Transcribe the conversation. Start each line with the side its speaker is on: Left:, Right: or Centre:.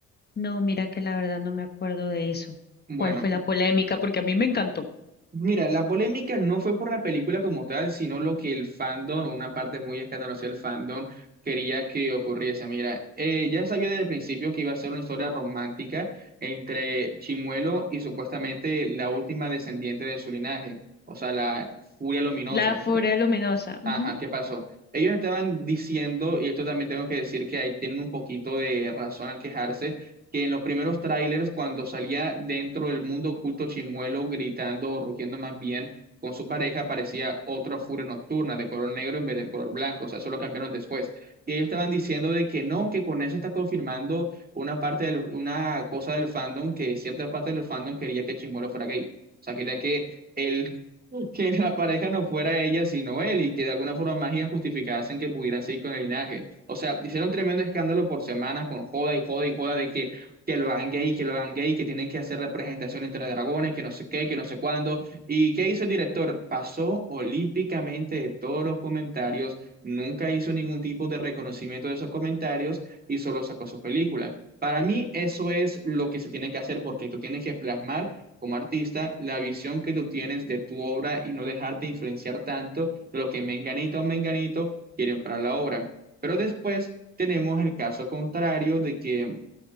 Left: No, mira que la verdad no me acuerdo de eso.
Right: Bueno,
Left: ¿Cuál fue la polémica? Porque a mí me encantó.
Right: Mira, la polémica no fue por la película como tal, sino lo que el fandom, una parte muy escandalosa del fandom, quería que ocurriese. Mira, eh, ya sabía desde el principio que iba a ser una historia romántica entre Chimuelo y supuestamente la última descendiente de su linaje, o sea, la Furia Luminosa.
Left: La Furia Luminosa.
Right: Ajá,
Left: ujú.
Right: ¿qué pasó? Ellos estaban diciendo, y esto también tengo que decir que ahí tienen un poquito de razón al quejarse, que en los primeros trailers, cuando salía dentro del mundo oculto Chimuelo gritando o rugiendo más bien con su pareja, parecía otra furia nocturna de color negro en vez del color blanco, o sea, eso lo cambiaron después. Y ellos estaban diciendo de que no, que con eso está confirmando una parte del- una cosa del fandom, que cierta parte del fandom quería que Chimuelo fuera gay. O sea, quería que él <laughs> que la pareja no fuera ella sino él y que de alguna forma mágica justificasen que pudieran seguir con el linaje. O sea, hicieron tremendo escándalo por semanas con joda y joda y joda de que, que lo hagan gay, que lo hagan gay, que tienen que hacer representación entre dragones, que no sé qué, que no sé cuándo. ¿Y qué hizo el director? Pasó olímpicamente de todos los comentarios, nunca hizo ningún tipo de reconocimiento de esos comentarios y solo sacó su película. Para mí eso es lo que se tiene que hacer porque tú tienes que plasmar como artista, la visión que tú tienes de tu obra y no dejarte influenciar tanto de lo que Menganito o Menganito quieren para la obra. Pero después tenemos el caso contrario de que,